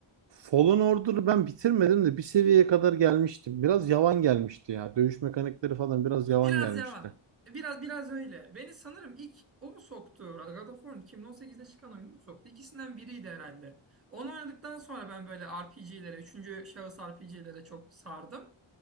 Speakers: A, on the right; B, on the right.
A: Fallen Order'ı ben bitirmedim de bir seviyeye kadar gelmiştim. Biraz yavan gelmişti ya. Dövüş mekanikleri falan biraz yavan
B: Biraz
A: gelmişti.
B: yavan. Biraz biraz öyle. Beni sanırım ilk o mu soktu? God of War'un 2018'de çıkan oyunu mu soktu? İkisinden biriydi herhalde. Onu oynadıktan sonra ben böyle RPG'lere, üçüncü şahıs RPG'lere çok sardım.